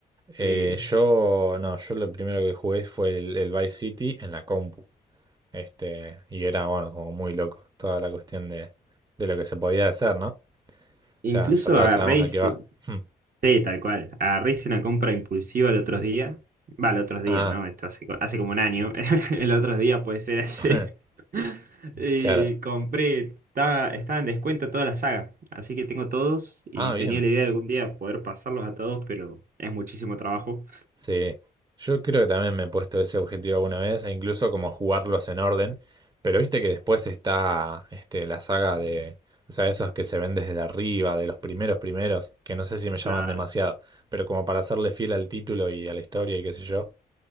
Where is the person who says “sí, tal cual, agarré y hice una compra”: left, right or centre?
Right